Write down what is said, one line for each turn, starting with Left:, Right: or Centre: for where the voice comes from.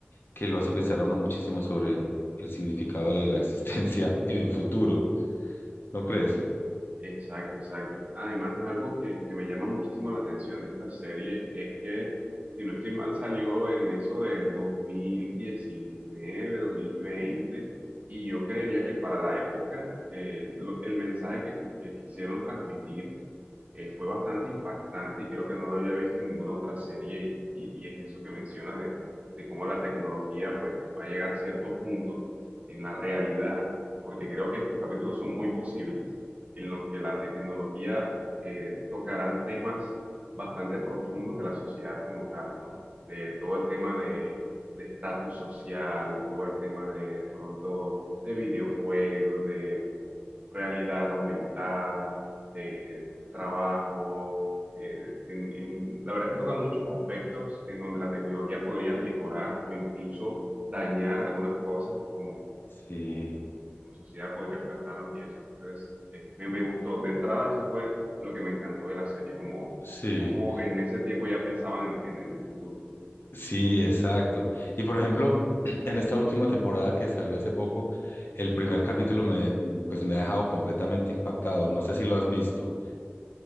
Left: que lo hace pensar a uno muchísimo sobre el significado de la existencia en el futuro, ¿no crees?
Right: Exacto, exacto. Además, algo que, que me llama muchísimo la atención de esta serie es que, si no estoy mal, salió en eso de dos dos mil diecinueve, dos mil veinte, y yo creería que para la época eh, lo- el mensaje que, que quisieron transmitir eh, fue bastante impactante y creo que no lo había visto en ninguna otra serie y, y es eso que mencionas de, de cómo la tecnología pues va a llegar a cierto punto en la realidad, porque creo que estos capítulos son muy posibles en los que la tecnología eh, tocarán temas bastante profundos de la sociedad como tal, ¿no? De todo el tema de de estatus social, todo el tema de, pronto de videojuegos, de mm, realidad aumentada, de trabajo. eh, en- en- la verdad es que toca muchos aspectos en donde la tecnología podría mejorar o incluso dañar algunas cosas como
Left: Sí,
Right: como, como sociedad podría afectarnos y eso. Entonces, eh, me, me gustó. De entrada, eso fue lo que me encantó de la serie, como,
Left: sí.
Right: como en ese tiempo ya pensaban en, en- en el futuro.
Left: Sí, exacto. Y por ejemplo, <clears throat> en esta última temporada que salió hace poco, el primer capítulo me, pues me ha dejado completamente impactado. No sé si lo has visto.